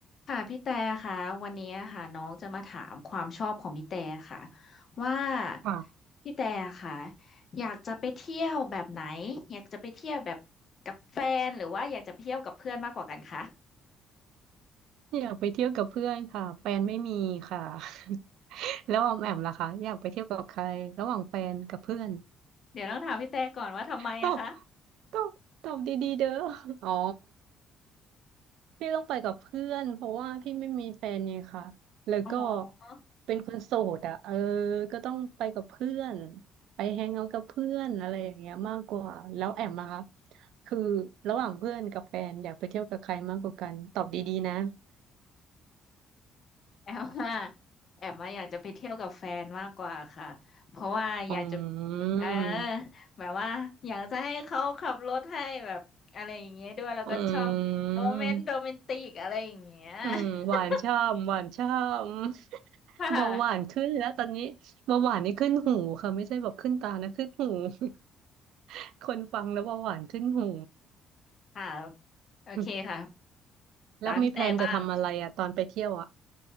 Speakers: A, on the left (about 40°); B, on the right (about 80°).
A: ค่ะพี่แต่ค่ะวันนี้ค่ะน้องจะมาถามความชอบของพี่แต่ค่ะว่า
B: ค่ะ
A: พี่แต่ค่ะอยากจะไปเที่ยวแบบไหนอยากจะไปเที่ยวแบบกับแฟนหรือว่าอยากจะไปเที่ยวกับเพื่อนมากกว่ากันคะ
B: อยากไปเที่ยวกับเพื่อนค่ะแฟนไม่มีค่ะ <laughs> แล้วออมแอมล่ะคะอยากไปเที่ยวกับใครระหว่างแฟนกับเพื่อน
A: เดี๋ยวต้องถามพี่แต่ก่อนว่าทำไมอะคะ
B: ตอบตอบตอบดีๆเด้ออ๋อพี่ต้องไปกับเพื่อนเพราะว่าพี่ไม่มีแฟนไงค่ะแล้วก็
A: อ๋อ
B: เป็นคนโสดอ่ะเออก็ต้องไปกับเพื่อนไปแฮงเอาท์กับเพื่อนอะไรอย่างเงี้ยมากกว่าแล้วแอมล่ะคะคือระหว่างเพื่อนกับแฟนอยากไปเที่ยวกับใครมากกว่ากันตอบดีๆนะ
A: แอมว่าแอมว่าอยากจะไปเที่ยวกับแฟนมากกว่าค่ะ เพราะว่าอยากจะ
B: <laughs> อืม
A: เออแบบว่าอยากจะให้เขาขับรถให้แบบอะไรอย่างเงี้ยด้วยแล้วก็ชอบโมเมนต์โรแมนติกอะไรอย่างเงี้ย
B: อืม
A: <laughs>
B: อืมหวานช่ำหวานช่ำ <laughs>
A: ค่ะ
B: เบาหวานขึ้นแล้วตอนนี้เบาหวานนี่ขึ้นหูค่ะไม่ใช่แบบขึ้นตานะขึ้นหู <laughs> คนฟังแล้วเบาหวานขึ้นหู
A: ค่ะโอเคค่ะ
B: <laughs> แล้วมีแพลนจะทำอะไรอ่ะตอนไปเที่ยวอ่ะ
A: ตามพี่แต่บ้าง